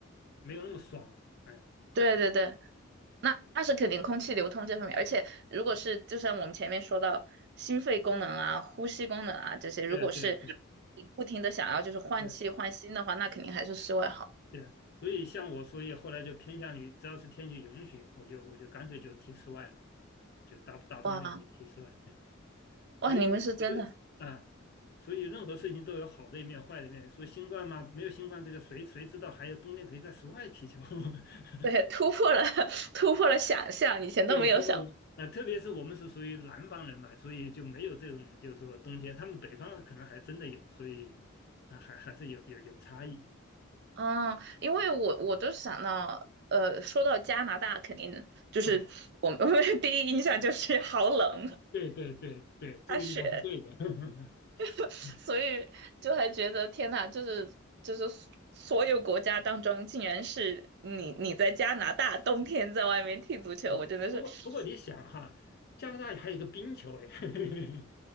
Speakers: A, on the left; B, on the right.
A: 没有那么爽。嗯，
B: 对对对，那那是肯定空气流通这方面，而且如果是就像我们前面说到心肺功能啊、呼吸功能啊这些，如果是
A: 对啊，对啊，对啊，
B: 你不停的想要就是换气换新的话，
A: 对啊
B: 那肯定还是室外好。
A: 对，所以像我，所以后来就偏向于，只要是天气允许，我就我就干脆就踢室外了，就大大冬令就踢室外。
B: 哇
A: 嗯，所以所以啊，
B: 哇，你们是真的，
A: 所以任何事情都有好的一面、坏的一面。所以新冠嘛，没有新冠这个谁谁知道还有冬天可以在室外踢球？<laughs>
B: 对，突破了 <laughs> 突破了想象，以前都没有想。
A: 对，不过啊，特别是我们是属于南方人嘛，所以就没有这种就是说冬天，他们北方可能还真的有，所以啊还还是有有有差异
B: 嗯，因为我我都想到，呃，说到加拿大，肯定就是我们
A: 啊。
B: <laughs> 我们的 <laughs> 第一印象就是好冷，
A: 对对对对对，这个应该是对的。
B: 大雪，
A: <laughs>
B: <laughs> 所以就还觉得天呐，
A: 嗯
B: 就是就是所所有国家当中，竟然是你你在加拿大冬天在外面踢足球，
A: 啊，
B: 我真的是。
A: 不过不过你想哈，加拿大还有一个冰球哎，<laughs>